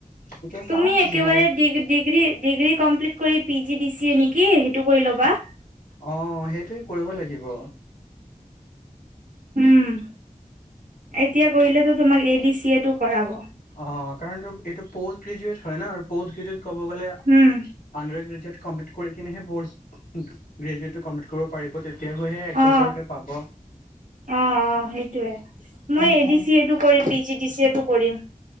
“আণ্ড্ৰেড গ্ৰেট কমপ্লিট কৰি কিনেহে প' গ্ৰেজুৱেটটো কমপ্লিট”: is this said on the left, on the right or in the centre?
Left